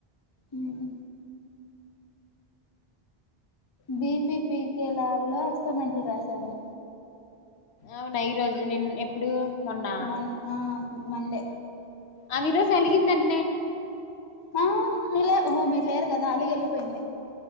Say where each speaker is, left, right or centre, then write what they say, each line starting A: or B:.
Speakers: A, on the left; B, on the left.
A: ఉమ్. బి
B: అని.
A: పీ పీ కే ల్యాబ్ లో, ఎక్స్పరిమెంట్లు రాసాము.
B: అవునా, ఈ రోజు, నిన్ ఎప్పుడు. మొన్న
A: మన్, ఆ మండే.
B: ఆమె రోజు అలిగిందన్ట్నే.
A: ఆ మీలే, ఓహో మీరు లేరు కదా అలిగి ఎళ్ళిపోయింది.